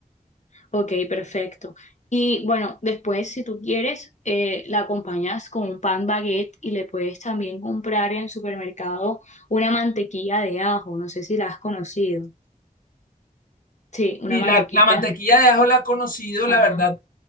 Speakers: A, on the left; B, on the left.
A: Ok, perfecto. Y bueno, después, si tú quieres, eh, la acompañas con un pan baguette y le puedes también comprar en el supermercado una mantequilla de ajo. No sé si la has conocido. Sí, una
B: Y
A: mantequilla.
B: la, la mantequilla de ajo la he conocido, la
A: Ajá.
B: verdad,